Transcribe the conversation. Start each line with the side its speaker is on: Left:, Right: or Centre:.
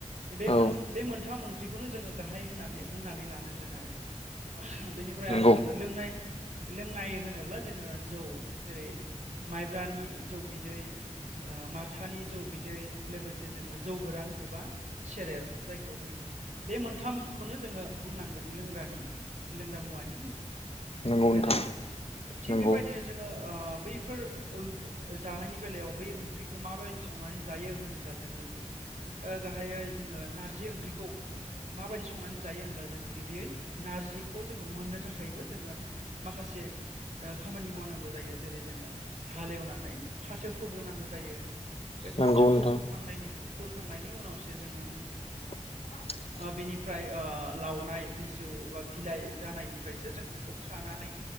Right: बे मोन
Left: औ
Right: बे मोनथाम ओंख्रिखौनो जोङो गाहाय होननानै बुंनानै लानांगोन आरो <unintelligible> बेनिफ्राय
Left: नंगौ
Right: आरो जोङो लोंनाय लोंनाय होनोब्ला जोङो जौ जेरै माइब्रानि जौ बिदै ओ माथानि जौ बिदै लोगोसे जोङो जौ गोरान एबा सेरेफ जायखौ होनो बे मोनथामखौनो जोङो बुंनांगोन लोंग्रानि लोंग्रा मुवानि
Left: नोंगौ
Right: गेजेराव
Left: नोंथां
Right: थिग
Left: नंगौ
Right: बेबायदिनो जोङो ओ बैफोर ओं ओ जानायनि बेलायाव बै ओंख्रि खौ माबायदि संनानै जायो होनोब्ला जोङो गुब ओ गाहायै जोङो नारजि ओंख्रिखौ माबायदि संनानै जायो होनब्ला जोङो गिबियै नारजिखौ जोङो मोननो थाखायबो जोङो माखासे ओ खामानि मावनांगौ जायो जेरै जोङो हालेवनानै फाथो फोग्रोनांगौ जायो। बे
Left: नंगौ
Right: फाथोखौ
Left: नोंथां
Right: फोखांनायनि फोखांनायनि उनावसो जोङो
Left: <inaudible>
Right: ओ बेनिफ्राय ओ लावनाय बिजौ बा बिलाइ जानायनिफ्रायसो जोङो बिखौ खानानै